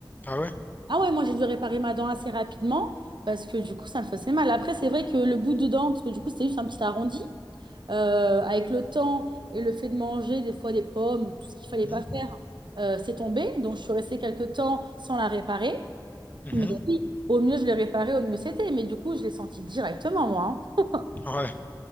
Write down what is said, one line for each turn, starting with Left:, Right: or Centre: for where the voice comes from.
Left: ah ouais,
Right: Ah ouais, moi j'ai dû réparer ma dent assez rapidement parce que du coup ça me faisait mal. Après, c'est vrai que le bout de dent, parce que du coup c'était juste un petit arrondi, euh, avec le temps et le fait de manger des fois des pommes, tout ce qu'il fallait
Left: hmm,
Right: pas faire, euh, c'est tombé. Donc je suis restée quelques temps sans la réparer.
Left: mhm,
Right: Mais oui, au mieux je l'ai réparée, au mieux c'était. Mais du coup je l'ai senti directement moi. hein.
Left: ouais.